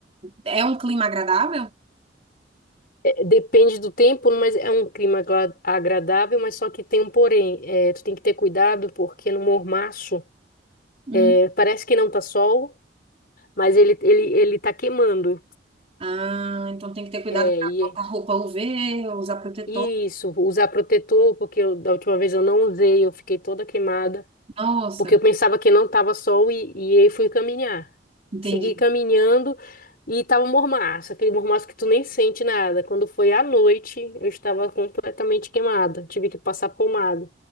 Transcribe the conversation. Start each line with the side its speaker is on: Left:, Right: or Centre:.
Right: é um clima agradável?
Left: É, depende do tempo, mas é um clima agra- agradável, mas só que tem um porém. É, tu tem que ter cuidado porque no mormaço,
Right: Hum.
Left: é, parece que não tá sol. Mas ele, ele, ele tá queimando.
Right: Ah, então tem que ter cuidado
Left: É,
Right: para
Left: e
Right: botar roupa UV, usar protetor.
Left: e isso, usar protetor, porque eu- da última vez eu não usei, eu fiquei toda queimada,
Right: Nossa,
Left: porque eu pensava que não tava sol e, e aí fui caminhar.
Right: entendi.
Left: Segui caminhando e tava um mormaço, aquele mormaço que tu nem sente nada. Quando foi à noite, eu estava completamente queimada, tive que passar pomada.